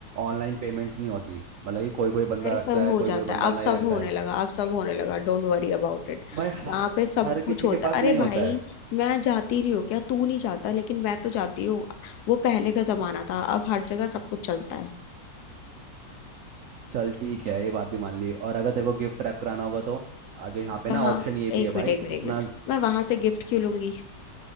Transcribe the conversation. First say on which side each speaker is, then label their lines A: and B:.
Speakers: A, on the right; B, on the left.
A: ऑनलाइन पेमेंट्स नहीं होती मतलब कि कोई कोई बंदा
B: अरे सब
A: रखता है
B: हो जाता
A: कोई कोई
B: है
A: बंदा
B: अब
A: नहीं
B: सब
A: रखता
B: होने
A: है
B: लगा अब सब होने लगा डोंट वरी अबाउट इट
A: भाई हर,
B: वहां पे सब
A: हर किसी
B: कुछ होता
A: के पास
B: है अरे
A: नहीं होता
B: भाई
A: है
B: मैं जाती नहीं हूँ क्या तू नहीं जाता लेकिन मैं तो जाती हूँ वो पहले का जमाना था अब हर जगह सब कुछ चलता है
A: चल ठीक है ये बात भी मान ली और अगर तेरे को गिफ्ट रैप कराना होगा तो आगे यहाँ पे
B: वहां
A: ना ऑप्शन ये भी
B: एक
A: है
B: मिनट
A: भाई
B: एक
A: इतना
B: मिनट एक मिनट मैं वहां से गिफ्ट क्यों लूंगी